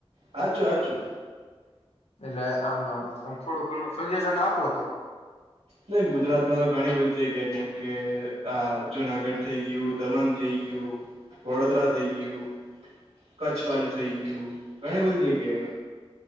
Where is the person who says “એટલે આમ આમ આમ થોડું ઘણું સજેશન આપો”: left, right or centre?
Left